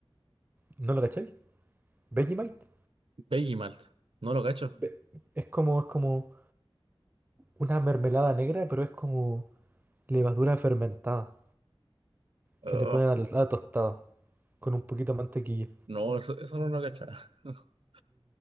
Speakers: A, on the right; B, on the right.
A: ¿No lo cacháis? Vegemite.
B: Peggy Malt. No lo cacho.
A: Ve- Es como, es como una mermelada negra, pero es como levadura fermentada.
B: Oh,
A: que le ponen a la, a la tostada con un poquito de mantequilla.
B: no, eso, eso no lo cachaba. <laughs>